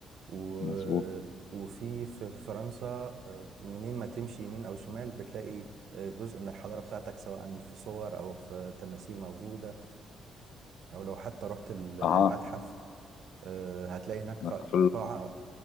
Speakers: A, on the right; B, on the left.
A: و...
B: مظبوط
A: وفي في في فرنسا آه، منين ما تمشي يمين أو شمال بتلاقي آه، جزء من الحضارة بتاعتك سواء في صور أو في تماثيل موجودة أو لو حتى رحت ال- المتحف
B: أها
A: آه، هتلاقي هناك
B: متحف
A: قا- قاعة